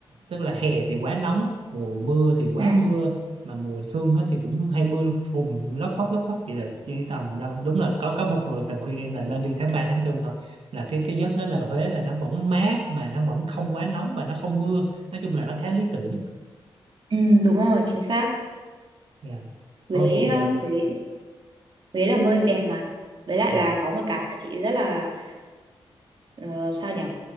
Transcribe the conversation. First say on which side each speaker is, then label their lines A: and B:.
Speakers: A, on the right; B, on the right.
A: tức là hè thì quá nóng mùa mưa thì quá
B: Ừ.
A: mưa mà mùa xuân hết thì cũng hay mưa phùn lóc phóc lóc phóc vậy là chỉ tầm đâu đúng là có có một người tình khuyên em là nên đi tháng 3 tháng tư thôi là cái cái giấc đó là Huế là nó vẫn mát mà nó vẫn không quá nóng và nó không mưa nói chung là nó khá lý tưởng
B: Ừ, đúng rồi, chính xác.
A: Dạ. thôi
B: Huế,
A: thì ờ,
B: ờ, Huế, Huế là nơi đẹp mà. Với lại
A: dạ
B: là có một cái mà chị rất là ờ, sao nhỉ?